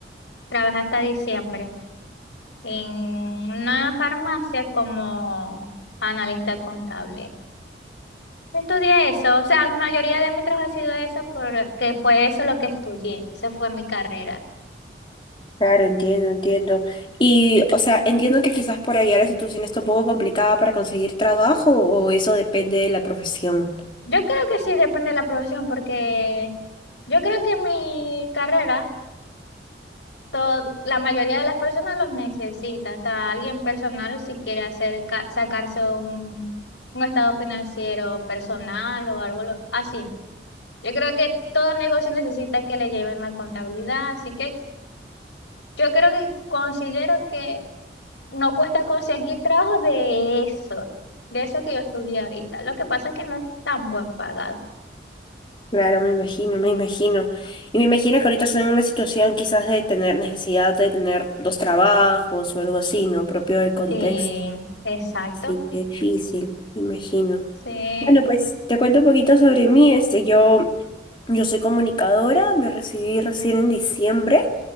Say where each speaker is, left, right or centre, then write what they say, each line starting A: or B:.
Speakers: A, on the left; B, on the left.
A: Trabajé hasta diciembre en una farmacia como analista contable. Estudié eso, o sea, la mayoría de mi trabajo ha sido eso porque fue eso lo que estudié, esa fue mi carrera.
B: Claro, entiendo, entiendo. Y, o sea, entiendo que quizás por allá la situación está un poco complicada para conseguir trabajo o eso depende de la profesión.
A: Yo creo que sí, depende de la profesión, porque yo creo que en mi carrera, todo, la mayoría de las personas los necesita, hasta alguien personal si quiere hacer, ca- sacarse un, un estado financiero personal o algo lo- así. Yo creo que todo negocio necesita que le lleven la contabilidad, así que yo creo que considero que no cuesta conseguir trabajo de eso, de eso que yo estudié ahorita. Lo que pasa es que no es tan buen pagado.
B: Claro, me imagino, me imagino. Y me imagino que ahorita están en una situación quizás de tener necesidad de tener dos trabajos o algo así, ¿no? Propio del contexto.
A: Sí, exacto.
B: Sí, qué difícil, me imagino.
A: Sí,
B: Bueno, pues te cuento un poquito sobre mí. Este, yo, yo soy comunicadora, me recibí recién en diciembre.